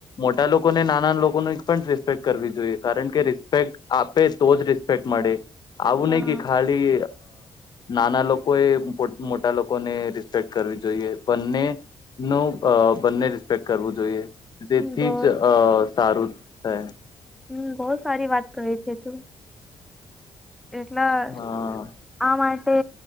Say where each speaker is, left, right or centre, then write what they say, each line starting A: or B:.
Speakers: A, on the left; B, in the centre.
A: મોટા લોકોને નાના લોકોની પણ રિસ્પેક્ટ કરવી જોઈ જોઈએ
B: હું
A: કારણ કે રિસ્પેક્ટ આપે તો જ રિસ્પેક્ટ મળે આવું
B: હા
A: નહી કે ખાલી નાના લોકોએ મોટા લોકોને રિસ્પેક્ટ કરવી જોઈએ બંને ન બંને રિસ્પેક્ટ કરવું જોઈએ
B: હમ
A: તેથી
B: બસ
A: જ અ સારું છે
B: હમ બહ સારી વાત કરી છે તું એટલા
A: હા
B: આ માટે